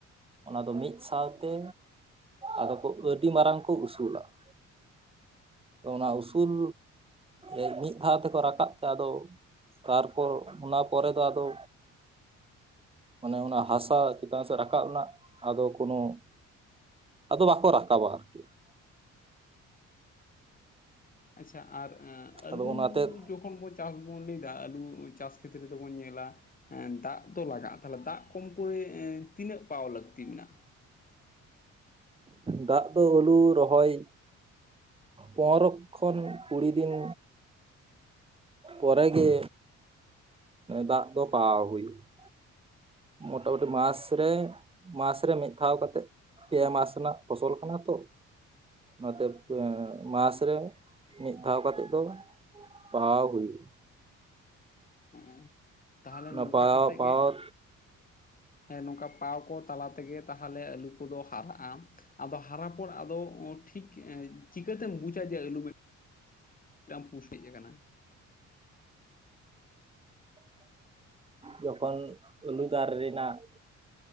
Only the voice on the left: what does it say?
ᱟᱪᱪᱷᱟ ᱟᱨ ᱮᱸ ᱟᱹᱞᱩ,
ᱡᱚᱠᱷᱚᱱ ᱵᱚᱱ ᱪᱟᱥ ᱵᱚᱱ ᱞᱟᱹᱭ ᱮᱫᱟ, ᱟᱹᱞᱩ ᱪᱟᱥ ᱠᱷᱮᱛ ᱨᱮᱫᱚ ᱵᱚᱱ ᱧᱮᱞᱟ ᱾ ᱮᱸ ᱫᱟᱜ ᱫᱚ ᱞᱟᱜᱟᱜᱼᱟ᱾ ᱛᱟᱦᱞᱮ ᱫᱟᱜ ᱠᱚᱢ ᱠᱚᱨᱮ ᱛᱤᱱᱟᱹᱜ ᱯᱟᱣ ᱞᱟᱹᱠᱛᱤ ᱢᱮᱱᱟᱜᱼᱟ?
ᱦᱮᱸ ᱛᱟᱦᱚᱞᱮ
ᱱᱚᱝᱠᱟ
ᱠᱟᱛᱮᱜ
ᱜᱮ, ᱦᱮᱸ ᱱᱚᱝᱠᱟ ᱯᱟᱣ ᱠᱚ ᱛᱟᱞᱟ ᱛᱮᱜᱮ ᱛᱟᱦᱚᱞᱮ ᱟᱹᱞᱩ ᱠᱚᱫᱚ ᱦᱟᱨᱟᱜᱼᱟ ᱾ ᱟᱫᱚ ᱦᱟᱨᱟ ᱯᱚᱨ ᱟᱫᱚ ᱴᱷᱤᱠ ᱪᱤᱠᱟᱹᱛᱮᱢ ᱵᱩᱡᱟ ᱡᱮ ᱟᱹᱞᱩ ᱢᱤᱛ ᱢᱤᱫᱴᱟᱝ ᱯᱳᱥᱴᱤᱜ ᱟᱠᱟᱱᱟ?